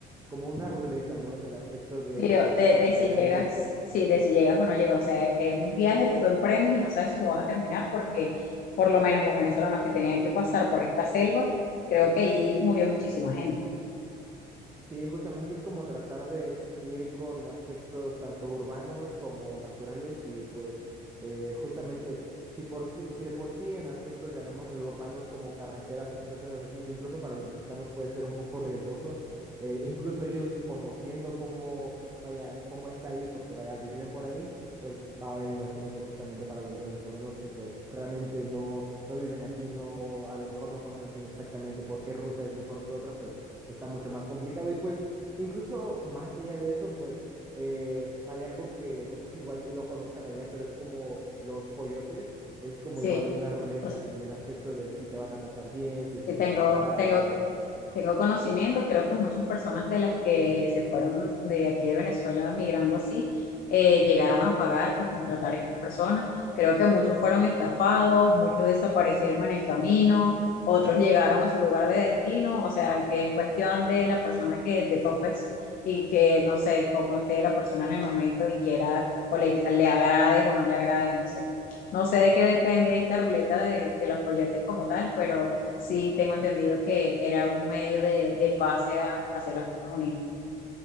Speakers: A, on the right (about 15°); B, on the left (about 60°).
A: como una ruleta, ¿no? En el aspecto de
B: Sí, o
A: por
B: de,
A: qué carretera
B: de si llegas,
A: irte,
B: sí, de si llegas o no llegas. O sea, es un viaje que tú emprendes y no sabes si lo vas a terminar porque por lo menos los venezolanos que tenían que pasar por esta selva, creo que ahí murió muchísima gente.
A: Sí, justamente es como tratar de ir con aspectos tanto urbanos como naturales y pues eh, justamente si, por, sí- si de por sí en aspectos llamémosle urbanos como carreteras o situaciones así, incluso para los mexicanos puede ser un poco riesgoso, eh, incluso ellos conociendo cómo, vaya, cómo está ahí, porque vaya, viven por ahí, pues ahora me imagino que justamente para los venezolanos que pues realmente no, no viven aquí, no, a lo mejor no conocen exactamente por qué ruta es mejor que otra, pues está mucho más complicado. Y pues, incluso más allá de eso, pues eh, hay algo que no sé si igual lo conozcan allá, pero es como los coyotes, es como
B: Sí,
A: igual una ruleta
B: o sea,
A: en el aspecto de si te van a pasar bien, si es
B: que
A: que
B: tengo,
A: te van a dejar
B: tengo
A: o algo.
B: Tengo conocimiento, creo que muchas personas de las que se fueron de aquí de Venezuela migrando así, eh, llegaron a pagar, a contratar a estas personas. Creo que muchos fueron estafados, muchos desaparecieron en el camino, otros llegaron a su lugar de destino, o sea que es cuestión de la persona que te topes y que no sé cómo esté la persona en el momento y quiera o le, le agrades o no le agrades, no sé. No sé de qué depende esta ruleta de, de los coyotes como tal, pero... Sí, tengo entendido que era un medio de, de pase a- hacia los Estados Unidos.